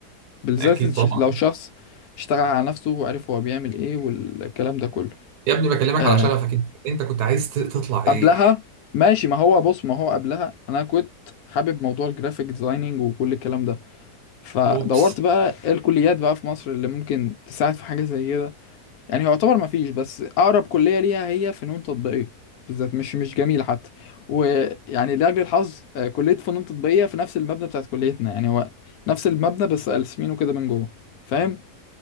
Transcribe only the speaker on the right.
اكيد
طبعا
يا ابني بكلمك
على شغفك انت انت كنت عايز ت- تطلع ايه
اوبس